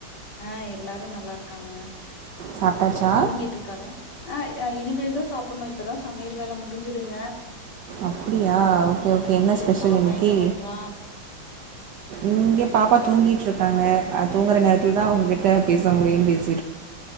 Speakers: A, on the left (about 60°); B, on the right (about 65°).
A: அ எல்லாரு நல்லா இருக்காங்க
B: சாப்ட்டாச்சா
A: தூங்கிட்ருக்காளா ஆ அ இனிமே தா சாப்டணு இப்பதா சமையல் வேல முடிஞ்சுதுங்க
B: அப்டியா ஓகே ஓகே
A: ம்
B: என்ன
A: செரி
B: ஸ்பெஷல்
A: பாப்பா
B: இன்னிக்கி
A: என்ன பண்றா
B: இங்க பாப்பா தூங்கிட் இருக்காங்க தூங்குற நேரத்துல தா உங்ககிட்ட பேச முடியும்ன்னு பேச